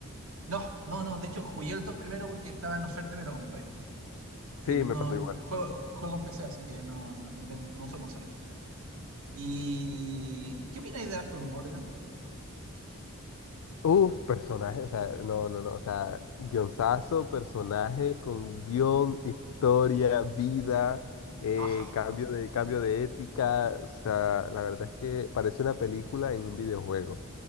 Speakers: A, on the right (about 70°); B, on the left (about 75°).
A: No, no, no. De hecho, jugué el 2 primero porque estaba en oferta y me lo compré. El
B: Sí,
A: uno,
B: me pasó igual.
A: juego, juego en PC, así que no, no, no tengo, no uso consola. ¿Y qué opináis de Arthur Morgan?
B: Uf, personaje, o sea, no, no, no, o sea, guionzazo, personaje con guión, historia, vida, eh,
A: Ah,
B: cambio de, cambio de ética, o sea, la verdad es que parece una película en un videojuego.